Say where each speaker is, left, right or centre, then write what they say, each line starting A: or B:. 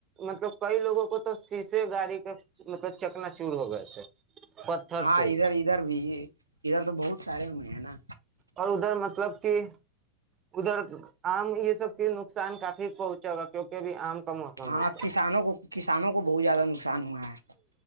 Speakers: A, on the right; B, on the right.
A: مطلب کئی لوگوں کو تو شیشے گاڑی کا مطلب چکنا چور ہو گئے تھے پتھر
B: ہاں
A: سے
B: اھر اار بھی ادھر تو بہت سارے ہوئے ہیں نا
A: اور ادھر مطلب کہ ادھر آم یہ سب کے نقصان کافی پہنچے گا کیوںکہ ابھی آم کا موسم
B: ہاں
A: ہے
B: کسانوں کو کسانوں کو بہت زیادہ نقصان ہوا ہے